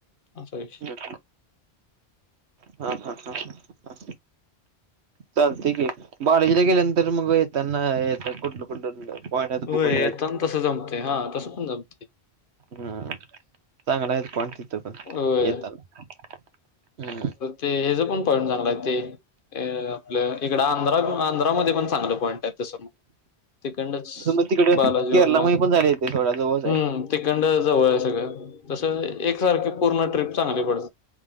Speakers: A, on the left (about 55°); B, on the right (about 85°).
A: असा वि
B: हा हा हा ह हा. चालतय की कॉलेजला गेल्यानंतर मग येताना येत कुठलं कुठलं. पॉईंट आहेत
A: होय
B: बघून
A: येताना
B: यायचं मग
A: तसं जमते हा तसं पण जमते.
B: हम् चांगला आहे कोण तिथं पण
A: होय
B: येताना हम्.
A: ते हेज पण पॉईंट चांगला आहे ते अ आपलं इकड आंध्रा आंध्रामध्ये पण चांगलं पॉईंट आहे तसं मग तिकंडनच
B: मग तिकडे
A: बालाजी
B: केरला
A: वरनं
B: मध्ये पण जायला येतंय सोडा जवळच
A: हूं.
B: आहे
A: तिकंडनं जवळ आहे सगळं तसं एकसारखी पूर्ण ट्रीप चांगली पडत्या.